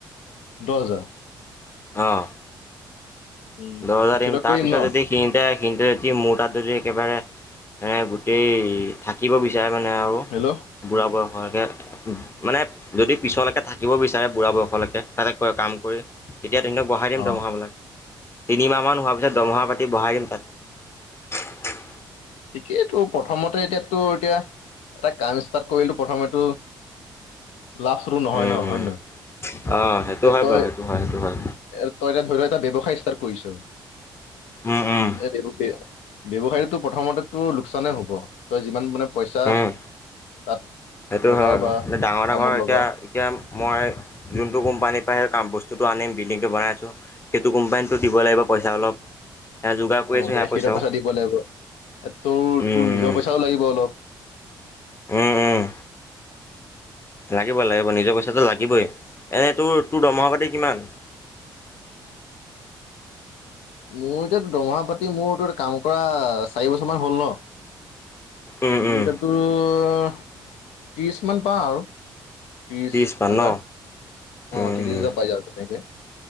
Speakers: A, on the left; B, on the left.
A: দহ হজাৰ
B: আহ
A: উম
B: দহজাৰ
A: সিহঁতক
B: দিম তাৰ
A: কৰিম
B: পিছত
A: ন
B: যদি সিহঁতে মোৰ তাত যদি একেবাৰে মানে গোটেই থাকিব বিচাৰে সেইকাৰণে আৰু
A: হেল্ল'
B: বুঢ়া ব মানে যদি পিছলৈকে থাকিব বিচাৰে বুঢ়া বয়সলৈকে তাতে কয় কাম কৰি ইয়াত বঢ়াই দিম
A: অ
B: দৰমহা বিলাক। তিনিমাহ মান হোৱাৰ পিছত দৰমহা পাতি বঢ়াই দিম তাত।
A: ঠিকেইটো প্ৰথমতে এতিয়াতো এতিয়া এটা কাম ষ্টাৰ্ট কৰিলে প্ৰথমেটো। লাজ চৰম নহয়
B: উম
A: নহ হয়
B: উম
A: নে নহয়।
B: অ সেইটো
A: এ
B: হয়
A: তই
B: বাৰু
A: এ
B: সেইটো হয় সেইটো হয়
A: তই এ ধৰি লোৱা এটা ব্যৱ। সায়ী ষ্টাৰ্ট কৰিছোঁ
B: উম উম
A: <unintelligible> ব্যৱসায়ীটো তোৰ। প্ৰথমেতো লোকচানে হ'ব তই যিমান মানে পইচা
B: উম
A: তাত।
B: সেইটো
A: লগাও
B: হয় আৰু
A: বা
B: ডাঙৰ
A: কামত
B: ডাঙৰ এতিয়া
A: লগাও
B: এতিয়া মই যোনটো কোম্পানীৰ পৰা সেই কাম বস্তুটো। আনিম বিল্ডিংটো বনাই আছোঁ সেইটো কোম্পানীটো দিব লাগিব পইচা অলপ। সেয়া যোগাৰ কৰি
A: অ
B: আছোঁ সেয়া
A: সেইটো
B: পইচাও
A: পইচা দিব লাগিব তোৰ
B: উম
A: তোৰ নিজৰ পইচাও লাগিব অলপ।
B: উম উম। লাগিবই লাগিব নিজৰ পইচাটো লাগিবই এনে তোৰ তোৰ দৰমহা পাতি কিমান।
A: <inaudible> মোৰ এতিয়া দৰমহা পাতি মোৰটো কাম কৰা চাৰি বছৰ মান হ'ল নহ।
B: উম উম
A: মোৰ এতিয়া তোৰ। ত্ৰিশ মান পাওঁ আৰু। ত্ৰিশ
B: ত্ৰিছ মান
A: হাজাৰ
B: ন
A: অ
B: উম
A: ত্ৰিশ
B: উম
A: হাজাৰ পাই যাব তেনেকে।